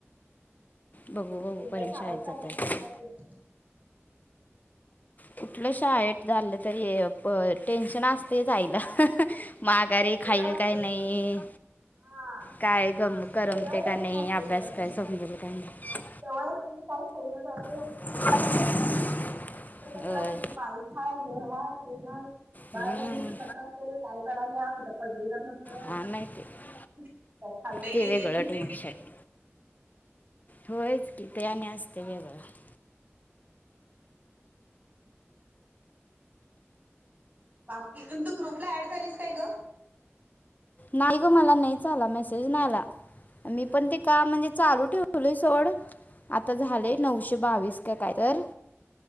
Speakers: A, on the left (about 35°); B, on the right (about 35°).
A: बघू बघू
B: एकदा
A: पर्यंत
B: शाळेत चाली
A: जाते आता.
B: की मग काय टेन्शन नाही.
A: कुठलं शाळेत चालं तरी प टेन्शन असतयंच आईला. माघारी
B: ते
A: खाईल
B: तर असतंच
A: काय नाही.
B: सोड हा
A: काय गम करमतयं
B: वेगळं टेन्शन
A: काय नाही.
B: असतंय
A: अभ्यास
B: वेगळं टेन्शन
A: काय समजल काय नाही.
B: जवळ असली की काय खैना झालंय.
A: <inaudible>
B: कायतर कायतर
A: होय.
B: असतयं की बाईक हाय हे हाय ते हाय. बाहेर
A: हम्म.
B: गेली तर कसं असेल? काय कराल्या? कुठं पडली तर नसल.
A: हा, नाही ते-
B: काय खाले
A: ते
B: कि
A: वेगळं
B: नाही?
A: टेन्शन होयच कि ते आणि असतंय वेगळंच.
B: बाकी प तू ग्रुपला ऍड झालीस काय ग.
A: नाही ग मला नाही च आला मेसेज नाय आला. मी पण ते काम म्हणजे चालू ठेवलय सोड आ झाले नऊशे बावीस का काय तर